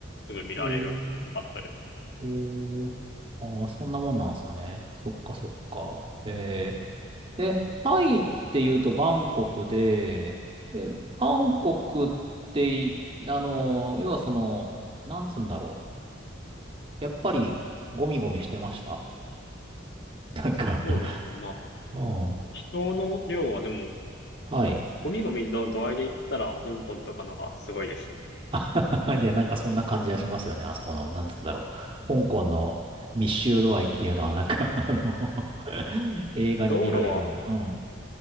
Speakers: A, on the left; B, on the right.
A: すぐ見られるかったり。
B: えー、おー。ああ、そんなもんなんですね。そっかそっか。ええ、タイって言うとバンコクで、え、バンコクってい、あの、要はその、なんつうんだろう。やっぱり、ゴミゴミしてました <laughs> なんか、
A: そうですね。まあ、
B: うん。
A: 人の量はでも、
B: はい。
A: ゴミゴミの度合いで言ったら香港とかのがすごいですね。
B: <laughs> いや、なんかそんな感じがしますよね。あそこの、なんつうんだろう。香港の密集度合いっていうのは、なんか、あの <laughs> 映画に見られるような。
A: 道路は、
B: うん。